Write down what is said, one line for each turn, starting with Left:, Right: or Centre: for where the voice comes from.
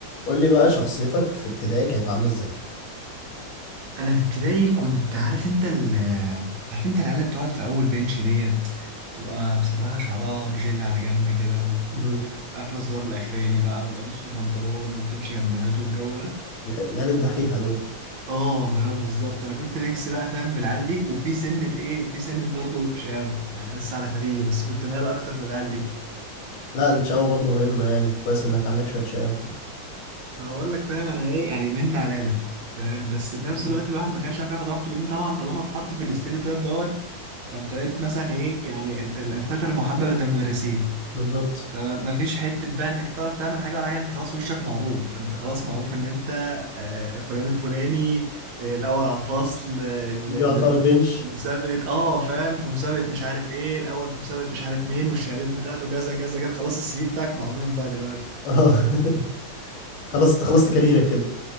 Left: قول لي بقى شخصيتك في ابتدائي كانت عاملة ازاي؟
Right: انا في ابتدائي كنت عارف انت ال عارف انت العيال اللي بتقعد في اول بنش ديت تبقى مسرحه شعرها بجل على جنب كده
Left: مم.
Right: وقافله الزر الاخراني بقى والقميص في البنطلون وبتمشي جنب الهات والجو ده
Left: العيال الدحيحة دول
Right: اه فاهم بالظبط انا كنت ميكس بقى فاهم بالعيال دي وفي سنه ايه في سنه برضه شاو يعني لسه على خفيف بس كنت مايل اكتر للعيال دي
Left: لا الشقاوة برضو مهمة يعني كويس انك عندك شوية شقاوة
Right: انا بقول لك فاهم انا ايه يعني من ده على ده فاهم بس في نفس
Left: مم.
Right: الوقت الواحد ما كانش عارف ياخد راحته لان طبعا طالما اتحط في الاستيريو تايب دوت فانت بقيت مثلا ايه يعني ال- ال- الفتى المحبب لدى المدرسين
Left: بالظبط
Right: ما فيش حته بقى انك تعرف تعمل حاجه ولا حاجه انت خلاص وشك معروف انت خلاص معروف ان انت آه، فلان الفلاني آه، الاول على الفصل آه، ال-
Left: اللي
Right: ال-
Left: بيقعد في اول بنش
Right: في مسابقة اه فاهم في مسابقة مش عارف ايه الاول في مسابقة مش عارف مين والشهادات بتاعته كذا كذا كذا خلاص السي في بتاعك معروف بقى دلوقتي
Left: اه <laughs> خلاص انت خلصت كاريرك كده